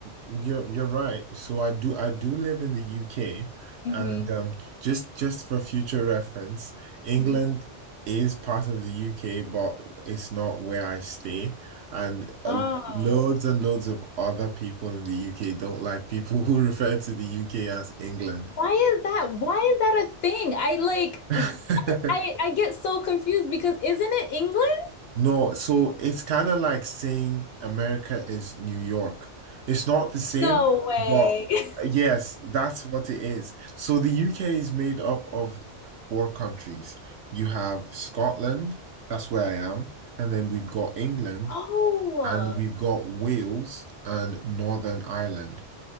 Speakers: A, on the right (about 70°); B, on the left (about 65°).
A: you're you're right. So I do I do live in the UK
B: hmm
A: and um just just for future reference, England
B: hmm
A: is part of the UK, but it's not where I stay. And uh,
B: Oh,
A: loads and loads of other people in the UK don't like people <laughs> who refer to the UK as England.
B: why is that? Why is that a thing? I like
A: <laughs>
B: I I get so confused because isn't it England?
A: No, so it's kind of like saying America is New York. It's not the same,
B: No way.
A: but
B: <laughs>
A: uh, yes, that's what it is. So the UK is made up of four countries. You have Scotland, that's where I am, and then we've got England,
B: Oh.
A: and we've got Wales and Northern Ireland.